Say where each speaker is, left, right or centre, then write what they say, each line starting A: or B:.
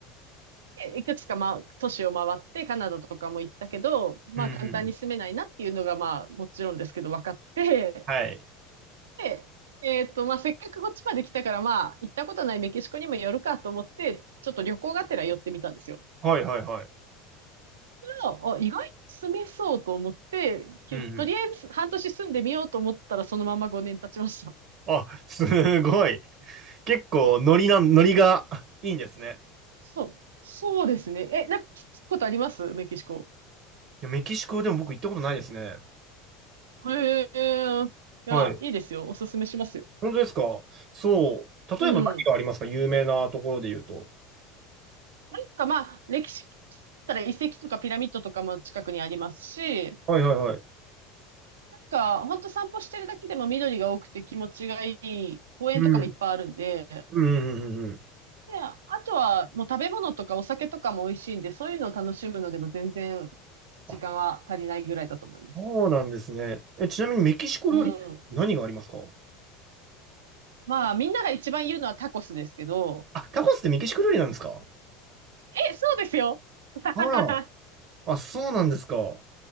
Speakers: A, on the right; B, on the right.
A: でいくつか、まあ、都市を回って、カナダとかも行ったけど、まあ、
B: うんうんうん。
A: 簡単に住めないなっていうのが、まあ、もちろんですけど、分かって、
B: はい。
A: で、えっと、まあ、せっかくこっちまで来たから、まあ、行ったことないメキシコにも寄るかと思って、ちょっと旅行がてら寄ってみたんですよ。
B: はいはいはい。
A: そあ、あ意外と住めそうと思って、きとりあえず半年住んでみようと思ったら、
B: うんうん。
A: そのまま5年経ちました。
B: あ、すごい。結構ノリな、ノリが <laughs> いいんですね。
A: そう。そうですね。え、なんか聞くことありますメキシコ。
B: いや、メキシコでも僕行ったことないですね。
A: へえ。いや、
B: はい。
A: いいですよ。おすすめしますよ。
B: 本当ですかそう。例えば何がありますか有名なところで言うと。
A: うん。なんかまあ、歴史だったら遺跡とかピラミッドとかも近くにありますし、
B: はいはいはい。
A: なんか本当散歩してるだけでも緑が多くて気持ちがいい公園とかもいっぱいあるんで、
B: うん。うん、うん、うん。うん
A: で、あとはもう食べ物とかお酒とかも美味しいんで、そういうのを楽しむのでも全然時間は足りないぐらいだと思います。
B: あ、そうなんですね。え、ちなみにメキシコ料理って何がありますか
A: うん。まあみんなが一番言うのはタコスですけど、
B: あ、タコスってメキシコ料理なんですか
A: え、そうですよ。<laughs>
B: あら。あ、そうなんですか。